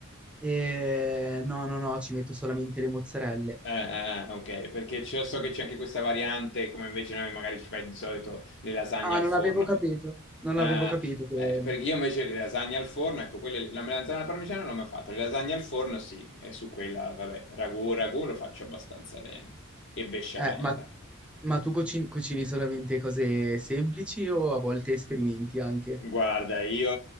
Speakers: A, in the centre; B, on the left.
A: E... No, no, no, ci metto solamente le mozzarelle.
B: Eh, eh, eh, ok, perché c'è- so che c'è anche questa variante, come invece noi magari ci fai di solito le lasagne
A: Ah,
B: al
A: non
B: forno.
A: avevo capito. Non
B: Ah,
A: avevo capito che...
B: eh, per- io invece le lasagne al forno, ecco, quelle, la melanzana alla parmigiana non l'ho mai fatta, le lasagne al forno sì, e su quella, vabbè, ragù, ragù lo faccio abbastanza bene, e besciamella.
A: Eh, ma, ma tu cucini, cucini solamente cose semplici o a volte sperimenti anche?
B: Guarda, io